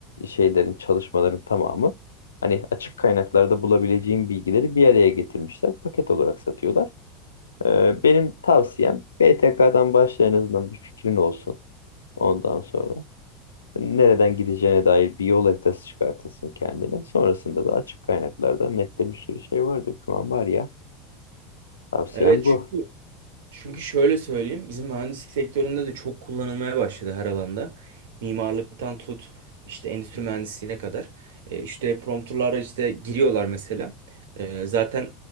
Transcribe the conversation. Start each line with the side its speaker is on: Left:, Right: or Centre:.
Left: şeylerin, çalışmaların tamamı. Hani açık kaynaklarda bulabileceğin bilgileri bir araya getirmişler. Paket olarak satıyorlar. Ee, benim tavsiyem BTK'dan başla en azından bir fikrin olsun ondan sonra. Nereden gideceğine dair bir yol haritası çıkartırsın kendine. Sonrasında da açık kaynaklarda nette bir sürü şey var, doküman var ya. Tavsiyem
Right: Evet
Left: bu.
Right: çünkü Çünkü şöyle söyleyeyim, bizim mühendislik sektöründe de çok kullanılmaya başladı her alanda. Mimarlıktan tut, işte endüstri mühendisliğine kadar. E, işte prompterlara işte giriyorlar mesela. E, zaten